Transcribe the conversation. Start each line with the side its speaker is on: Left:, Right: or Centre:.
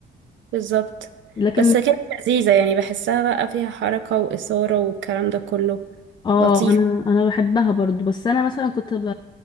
Right: بالظبط
Left: لكن
Right: بس كانت لذيذة يعني بحسها بقى فيها حركة وإثارة والكلام ده كله
Left: اه
Right: لطيف
Left: انا انا بحبها برضو بس انا مثلا كنت ب...